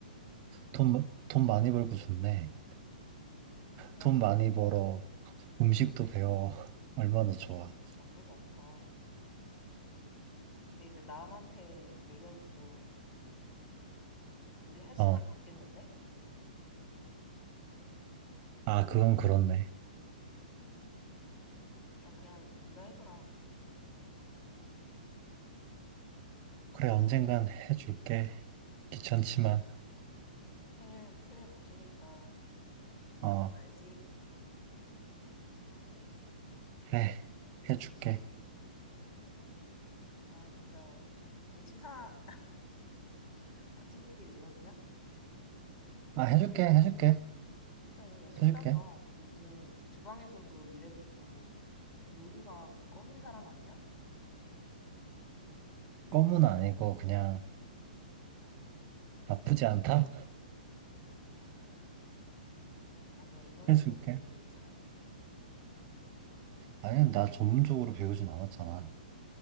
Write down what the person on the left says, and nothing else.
그렇긴
한데
나쁘지 않다. 근데 이제 남한테 매겨주고 요리할 시간은
없겠는데?
음. 야, 그냥 네가 해줘라.
생일, 생일 고시니까 미역국
알지?
아, 진짜 좀 치사, <laughs> 아, 친구끼리 이러기야?
그래, 야, 쉽다며.
또 요즘 주방에서도 일해보고 요리가 껌인 사람 아니야?
아, 아니야. 이런
애들이 요리 잘해.